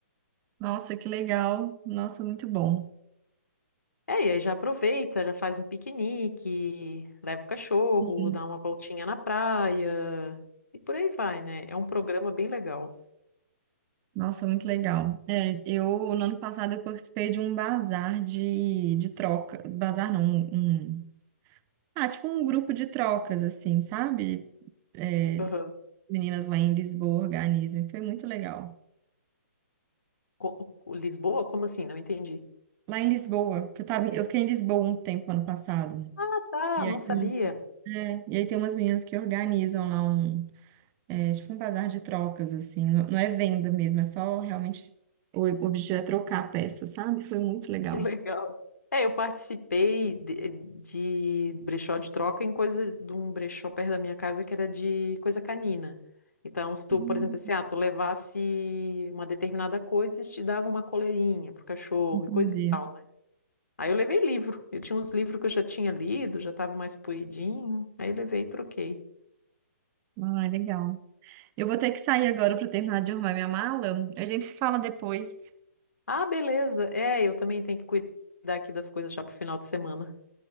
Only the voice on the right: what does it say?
Nossa, que legal. Nossa, muito bom.
Sim.
Nossa, muito legal. É, eu, no ano passado, eu participei de um bazar de, de troca. Bazar não, um Ah, tipo um grupo de trocas, assim, sabe? É,
meninas lá em Lisboa organizam, e foi muito legal.
Lá em Lisboa, que eu tava, eu fiquei em Lisboa um tempo ano passado.
E
aí,
tem uns- é, e aí tem umas meninas que organizam lá um, é, tipo um bazar de trocas, assim. Não, não é venda mesmo, é só realmente o objetivo é trocar a peça, sabe? Foi muito legal.
Hum,
Entendi.
Ah, legal. Eu vou ter que sair agora para terminar de arrumar minha mala. A gente se fala depois.